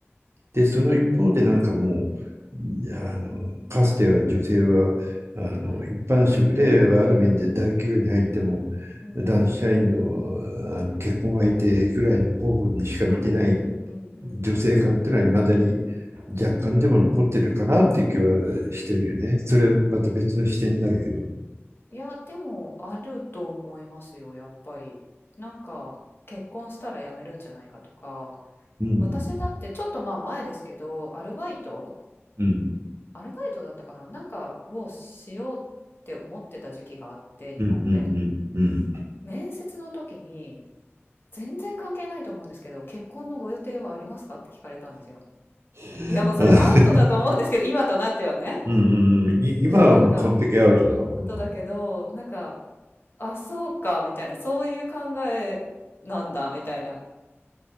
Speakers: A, on the right (about 70°); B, on the left (about 55°).
A: で、その一方でなんかも
B: うん、
A: う、あの、かつては女性は、あの、
B: はい。
A: 一般職である面で大企業に入っても、
B: うんうんうん。
A: 男子社員の、あの結婚相手ぐらいの候補にしか見てない
B: はい。うんうんうんうんうん。
A: 女性感っていうのは、いまだに若干でも残ってるかなっていう気はしてるよね。それはまた別の視点になるけど。
B: いや、でもあると思いますよ、やっぱり。なんか結婚したら辞めるんじゃないかとか、
A: うん。
B: 私だってちょっとまあ前ですけど、アルバイト、
A: うん。
B: アルバイトだったかな、なんかをしようって思ってた時期があって、日本で。
A: うん。うん。うん。うん。
B: 面接の時に、全然関係ないと思うんですけど、結婚のご予定はありますかって聞かれたんですよ。
A: <laughs>
B: いや、もうそれはアウトだと思うんですけど、
A: あ
B: 今となってはね。
A: うんうんうん、い今はもう完璧アウトだわ。
B: でもなんか、アウトだけど、
A: うん
B: なんか、あ、そうか、みたいな、そういう考えなんだ、みたいな、